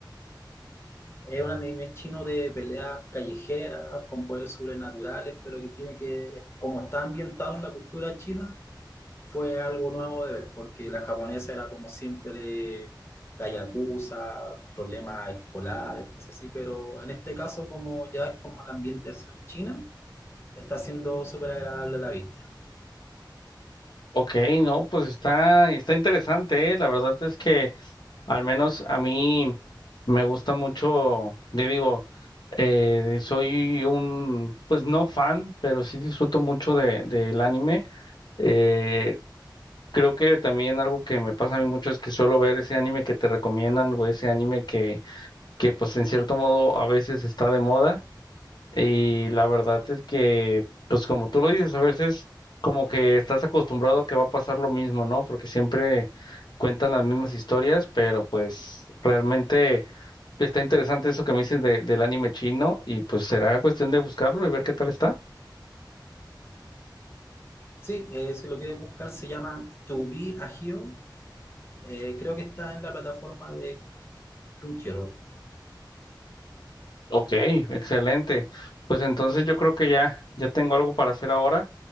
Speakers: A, on the left; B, on the left.
A: Es un anime chino de peleas callejeras con poderes sobrenaturales, pero que tiene que, como está ambientado en la cultura china, fue algo nuevo de ver, porque la japonesa era como siempre la yakuza, problemas escolares, cosas así, pero en este caso como ya es como la ambientación china, está siendo súper agradable a la vista.
B: Ok, no, pues está, está interesante, ¿eh? La verdad es que al menos a mí me gusta mucho, te digo, eh, soy un, pues no fan, pero sí disfruto mucho de, del anime. Eh, creo que también algo que me pasa a mí mucho es que suelo ver ese anime que te recomiendan o ese anime que, que pues en cierto modo a veces está de moda. Y la verdad es que, pues como tú lo dices, a veces como que estás acostumbrado a que va a pasar lo mismo, ¿no? Porque siempre cuentan las mismas historias, pero pues realmente está interesante eso que me dices de- del anime chino y pues será cuestión de buscarlo y ver qué tal está.
A: Sí, eh, si lo quieres buscar se llama To Be a Hero, eh, creo que está en la plataforma de Crunchyroll,
B: Ok, excelente. Pues entonces yo creo que ya, ya tengo algo para hacer ahora.